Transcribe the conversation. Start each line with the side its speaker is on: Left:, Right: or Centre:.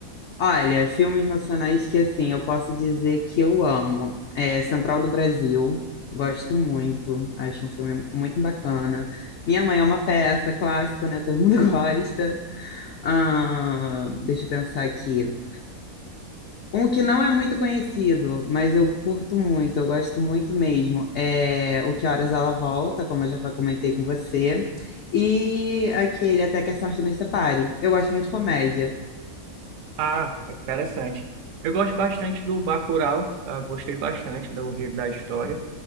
Left: Olha, filmes nacionais que, assim, eu posso dizer que eu amo. É Central do Brasil, gosto muito, acho um filme muito bacana. Minha Mãe é uma Peça, clássico, né? Todo mundo <laughs> gosta. Ah, deixa eu pensar aqui. Um que não é muito conhecido, mas eu curto muito, eu gosto muito mesmo, é O Que Horas Ela Volta, como eu já fa- comentei com você, e aquele Até que a Sorte Nos Separe. Eu gosto muito de comédia.
Right: Ah, interessante. Eu gosto bastante do Bacurau, ah, gostei bastante do enredo da história,